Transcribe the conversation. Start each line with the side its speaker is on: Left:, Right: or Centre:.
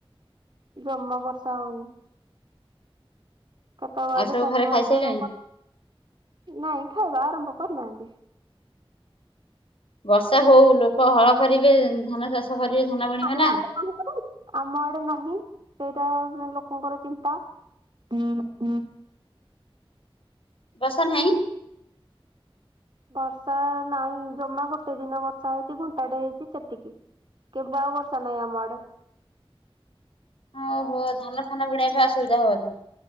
Right: ଜମା ବର୍ଷା ହଉନି। କ୍ଷେତ ବାଡି
Left: ଆଉ ସବୁ
Right: ଚାଷ
Left: ଘରେ
Right: ବାସ
Left: ଖାଇସାରିଲେଣି?
Right: କଣ କ ନାଇଁ ଖାଇବା ଆରମ୍ଭ କରିନାହାନ୍ତି।
Left: ବର୍ଷା ହଉ ଲୋକ ହଳ କରିବେ ଧାନ ଚାଷ କରିବେ ଧାନ ବୁଣିବେ
Right: ଆମ
Left: ନା।
Right: ଆଡେ ଆମ ଆଡେ ନାହିଁ ସେଇଟା ଉ ଲୋକଙ୍କର ଚିନ୍ତା। ହୁଁ ହୁଁ।
Left: ବର୍ଷା ନାହିଁ।
Right: ବର୍ଷା ନାହିଁ ଜମା ଗୋଟେ ଦିନ ବର୍ଷା ହେଇଛି ଘଣ୍ଟାଟେ ହେଇଛି ସେତିକି। କେବେ ଆଉ ବର୍ଷା ନାଇଁ ଆମଆଡେ।
Left: ହଁ ହୋ ଧାନ ଫାନ ବୁଣିବା ପାଇଁ ଅସୁବିଧା ହବ ବଧେ।